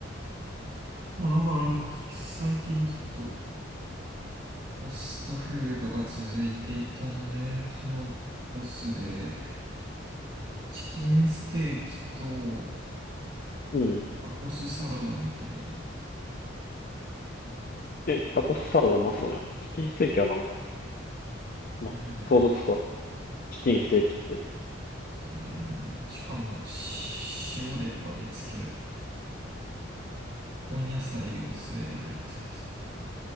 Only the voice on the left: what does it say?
うん。
え、タコスサラダうまそうやん。チキンステーキはなんか、ま、
想像つくわ。チキンステーキって。